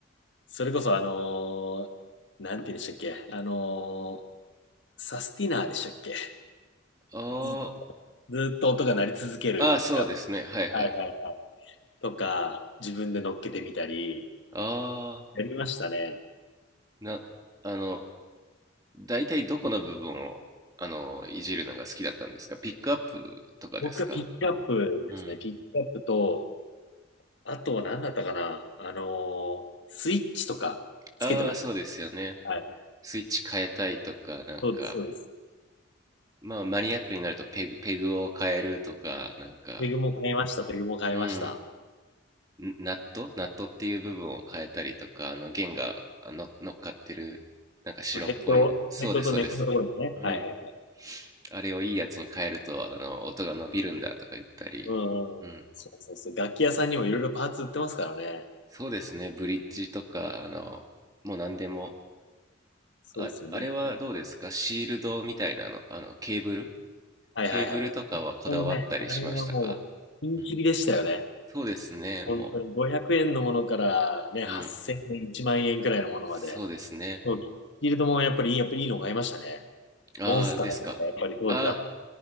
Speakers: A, on the left; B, on the right.
A: それこそあのーなんて言うんでしたっけ。あのーサスティナーでしたっけ。
B: あー
A: ず、ずっと音が鳴り続けるピックアップ。
B: ああ、そうですね。はいはい。
A: はいはいはい。とか、自分で乗っけてみたり、
B: ああ、
A: やりましたね。
B: な、あの、大体どこの部分を、あの、いじるのが好きだったんですかピックアップとかですか
A: 僕はピックアップですね。
B: うん。
A: ピックアップと、あとは何だったかなあのースイッチとかつけてました。
B: ああ、そうですよね。
A: はい。
B: スイッチ変えたいとか、なんか、
A: そうです、そうです。
B: まあマニアックになるとペグ、ペグを変えるとか、なんか、
A: ペグも買いました、ペグも買いました。
B: うん、ナットナットっていう部分を変えたりとか、あの弦があの乗っかってる、なんか白っぽい部、
A: ヘッド、
B: そうです、
A: ヘッドとネックのところですね。
B: そうです。うん。
A: はいはい。
B: あれをいいやつに変えると、あの、音が伸びるんだとか言ったり、
A: うんうん。
B: うん。
A: そうそうそう。楽器屋さんにもいろいろパーツ売ってますからね。
B: そうですね、ブリッジとか、あの、もう何でも、
A: そうですね、
B: あ、
A: ブリッジも買いまし
B: あれはどうですかシールドみたいなの、あの、ケーブル
A: た。
B: ケーブルとかはこだわったりしましたか
A: はいはいはい。もうね、あれはもう、ピンキリでしたよね。
B: うん。そうですね、
A: 本当に500円のものからね、
B: もう。
A: 8000円、
B: うん。
A: 1万円くらいのものまで。
B: そうですね。
A: そうフィールドもやっぱりいい、やっぱりいいの買いましたね。
B: ああ、
A: モンスターとかやっぱり当時か
B: ですか。ああ、